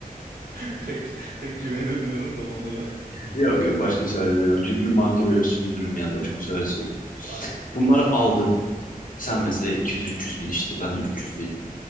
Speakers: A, on the right; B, on the left.
A: <laughs> Pek pek güvenemiyorum da onlara.
B: yok yok başka çare de yok. Çünkü mahkemeye sürdürürüm yani başka çaresi yok.
A: Aynen.
B: Bunları aldık. Sen mesela 200-300 bin işte ben de 300